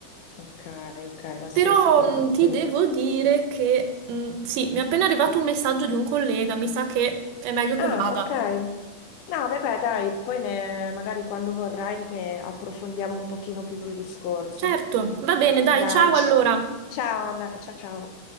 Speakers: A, on the left; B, on the right.
A: Ok, ok, ma sì,
B: Però
A: sicuramente.
B: mh, ti devo dire che mh, sì, mi è appena arrivato un messaggio di un collega, mi sa che è meglio che
A: Ah,
B: vada.
A: ok. No, vabbè, dai, poi ne- magari quando vorrai ne approfondiamo un pochino più il discorso.
B: Certo, va bene, dai,
A: Dai.
B: ciao allora.
A: Ciao Anna, ciao ciao.